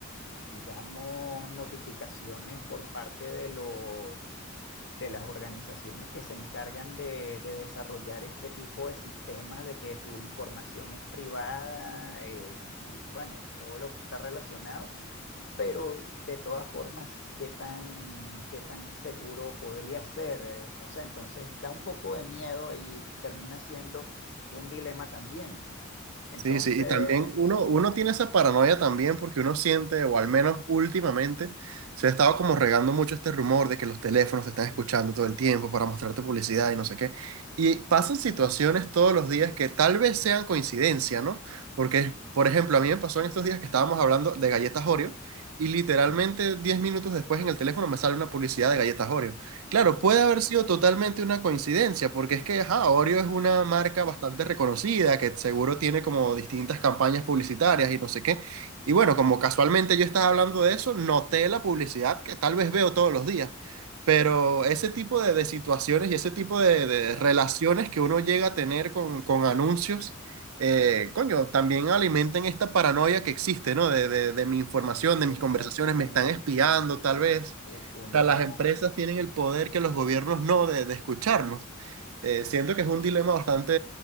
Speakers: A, on the left; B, on the right.
A: digamos, notificaciones por parte de los de las organizaciones que se encargan de, de desarrollar este tipo de sistemas, de que tu información es privada, eh, y bueno, y todo lo que está relacionado pero y- de todas formas, ¿qué tan, qué tan seguro podría ser? Eh, No sé, entonces da un poco de miedo y termina siendo un dilema también. Entonces,
B: Sí, sí, y también uno, uno tiene esa paranoia también porque uno siente, o al menos últimamente, se ha estado como regando mucho este rumor de que los teléfonos te están escuchando todo el tiempo para mostrarte publicidad y no sé qué. Y pasan situaciones
A: mm,
B: todos los días que tal vez sean coincidencia, ¿no? Porque, por ejemplo, a mí me pasó en estos días que estábamos hablando de galletas Oreo y literalmente
A: sí,
B: 10 minutos después en el teléfono me sale una publicidad de galletas Oreo. Claro,
A: sí,
B: puede haber sido totalmente una coincidencia, porque es que ajá, Oreo es una marca
A: claro,
B: bastante reconocida, que seguro tiene como distintas campañas publicitarias y no sé qué. Y bueno, como casualmente yo estaba hablando de eso, noté la publicidad que tal vez veo todos los días. Pero
A: sí,
B: ese tipo de, de situaciones y ese tipo de, de
A: claro,
B: relaciones que uno llega a tener con, con anuncios, eh, coño, también alimentan esta paranoia que existe, ¿no? De, de de mi información,
A: exactamente.
B: de mis conversaciones, me están espiando tal vez
A: U- Uno,
B: sea, las empresas tienen el poder que los gobiernos no
A: sí,
B: de, de escucharnos. Eh, siento que es un dilema bastante